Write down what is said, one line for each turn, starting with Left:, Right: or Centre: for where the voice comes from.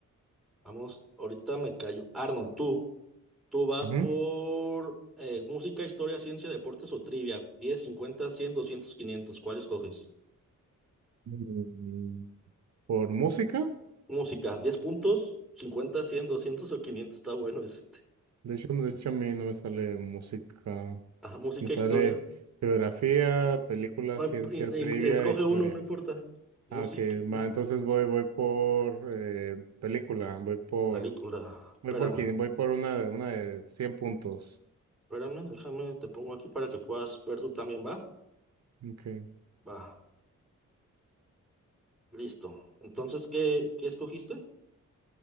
Centre: vamos. Ahorita me callo. Arnold, tú. Tú vas
Right: ujú.
Centre: por eh, música, historia, ciencia, deportes o trivia. 10, 50, 100, 200, 500. ¿Cuál escoges?
Right: Mm, ¿Por música?
Centre: Música, Diez puntos, 50, 100, 200 o 500. Está bueno ese.
Right: De hecho, de hecho, a mí no me sale música.
Centre: <laughs> Ajá, música,
Right: Me sale
Centre: historia.
Right: geografía, película,
Centre: No,
Right: ciencia,
Centre: imp- i-
Right: trivia,
Centre: i- escoge
Right: historia.
Centre: uno, no importa. Música,
Right: Ah, ok.
Centre: mu-
Right: Va, entonces voy, voy por eh, película. Voy por,
Centre: película. Espérame,
Right: voy por quién? Voy por una, de- una de cien puntos.
Centre: espérame, déjame, te pongo aquí para que puedas ver tú también, ¿va?
Right: Ok.
Centre: Va, listo. Entonces, ¿qué, qué escogiste?